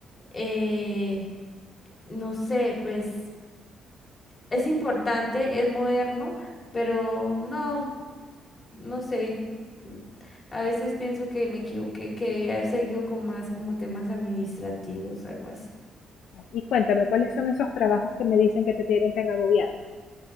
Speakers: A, on the left (about 30°); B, on the left (about 75°).
A: eh, no sé, pues es importante, es moderno, pero no, no sé. A veces pienso que me equivoqué, que debía haber seguido con más como temas administrativos, algo así.
B: Y cuéntame, ¿cuáles son esos trabajos que me dicen que te tienen tan agobiada?